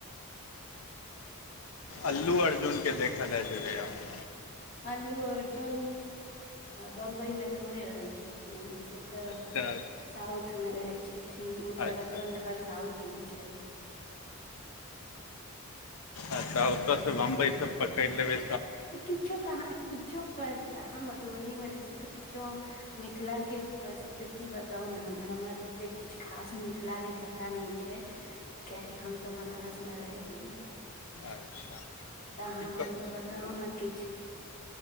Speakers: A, on the left (about 75°); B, on the left (about 40°).
A: अल्लू अर्जुन के देखे लए जेबेए आब
B: अल्लू अर्जुन बम्बई में थोड़े रहे छथिन त‌
A: अच्छा अच्छा
B: साउथ मे रहे छतिन हुनकर
A: अच्छा
B: अपन घर साउथ मे छे
A: आ त ओ त से बम्बइ सब पकड़ ले बे
B: त किछो कहाँ किछो पर अहाँ मधुबनी मे रहे छिय त किछो मिथिला के प्रसिद्ध ती बताउ ने हमरा हमरा तते किछु खास मिथिला के प पता ने छे किया कि हम त बनारस मे रहे छी ने
A: अच्छा की
B: त अहाँ
A: कहब
B: हमरा बताउ न किछ